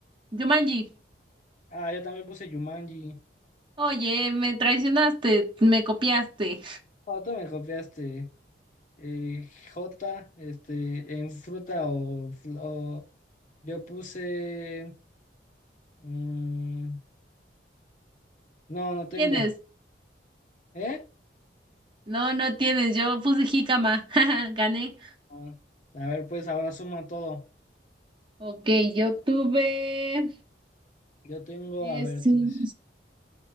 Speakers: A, on the right; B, on the left.
A: Yumanji,
B: Ah, yo también puse Jumanji.
A: oye, me traicionaste, me copiaste.
B: Oh, tú me copiaste. Eh, J, este, en fruta o, fl- o- yo puse. mm, no, no tengo.
A: ¿Tienes?
B: <laughs> ¿Eh?
A: No, no tienes, yo puse jícama, <laughs> gané.
B: Ah, a ver, pues ahora suma todo.
A: Ok, yo tuve...
B: Yo tengo,
A: eh,
B: a ver,
A: sí.
B: tres.